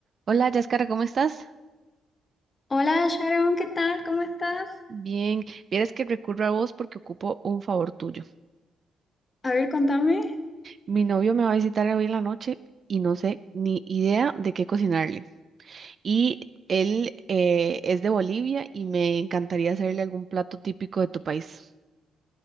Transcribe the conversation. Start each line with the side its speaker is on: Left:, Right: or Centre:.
Right: Hola, Yáscara, ¿cómo estás?
Left: Hola Sharon, ¿qué tal? ¿Cómo estás?
Right: Bien, vieras que recurro a vos porque ocupo un favor tuyo.
Left: A ver, contame.
Right: Mi novio me va a visitar hoy en la noche y no sé ni idea de qué cocinarle. Y él eh, es de Bolivia y me encantaría hacerle algún plato típico de tu país.